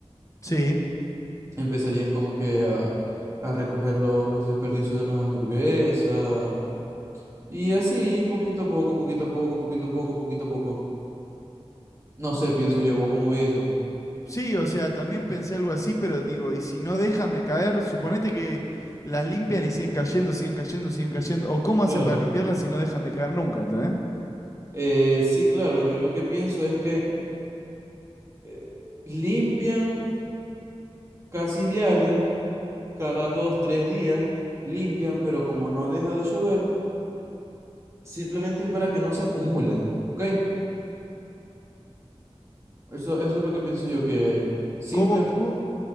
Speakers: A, on the left (about 30°); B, on the right (about 25°).
A: Sí.
B: empezarían como que a, a recoger los, los desperdicios de las hamburguesas Y así, poquito a poco, poquito a poco, poquito a poco, poquito a poco. No sé, pienso yo, ¿vos cómo veis eso?
A: Sí, o sea, también pensé algo así, pero digo, y si no dejan de caer, suponete que las limpian y siguen cayendo, siguen cayendo, siguen cayendo. ¿O cómo
B: Claro.
A: hacen para limpiarlas si no dejan de caer nunca, ¿entendés?
B: Eh, sí, claro, yo lo que pienso es que eh, limpian casi diario, cada dos, tres días, limpian, pero como no deja de llover, simplemente es para que no se acumule, ¿ok? Eso, eso es lo que pienso yo, que, simple,
A: ¿Cómo, cómo?